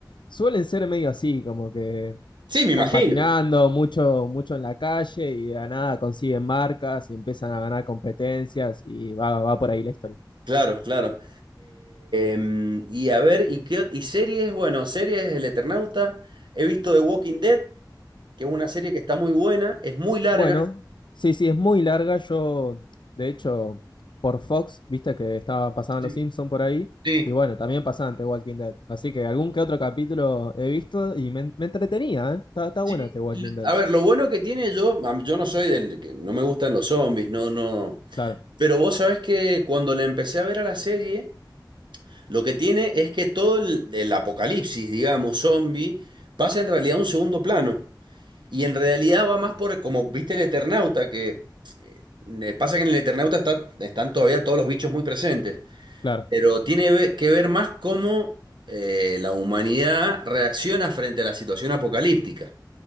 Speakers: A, on the left (about 85°); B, on the right (about 80°).
A: suelen ser medio así, como que
B: Sí, me
A: están
B: imagino.
A: patinando mucho, mucho en la calle y de la nada consiguen marcas y empiezan a ganar competencias y va, va por ahí la historia.
B: Claro, claro. Em, y a ver, ¿y qué, ot- y series? Bueno, series El Eternauta. He visto The Walking Dead, que es una serie que está muy buena, es muy larga.
A: Bueno, sí, sí, es muy larga. Yo, de hecho, por Fox, viste que estaba, pasaban
B: Sí,
A: los Simpsons por ahí.
B: sí.
A: Y bueno, también pasaban The Walking Dead. Así que algún que otro capítulo he visto y me, me entretenía, ¿eh? Está, está
B: Sí,
A: buena The Walking
B: l-
A: Dead.
B: a ver, lo bueno que tiene yo, a mí- yo no soy del que no me gustan los zombies, no, no.
A: Claro,
B: Pero vos sabés que cuando la empecé a ver a la serie, lo que tiene es que todo el, el apocalipsis, digamos, zombie, pasa en realidad a un segundo plano. Y en realidad va más por, como viste el Eternauta, que eh, pasa que en el Eternauta está- están todavía todos los bichos muy presentes,
A: claro.
B: pero tiene ve- que ver más cómo eh, la humanidad reacciona frente a la situación apocalíptica.